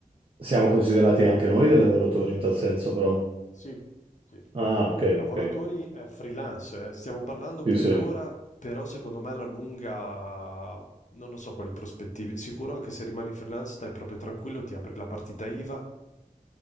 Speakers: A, on the right; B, on the left.
A: siamo considerati anche noi dei lavoratori in tal senso, però.
B: Sì, sì.
A: Ah, ok,
B: Lavoratori
A: ok.
B: eh, freelance, eh. Stiamo parlando per
A: Sì, sì,
B: ora, però secondo me alla lunga non lo so quali prospettive. Sicuro anche se rimani freelance, stai proprio tranquillo, ti apri la partita IVA,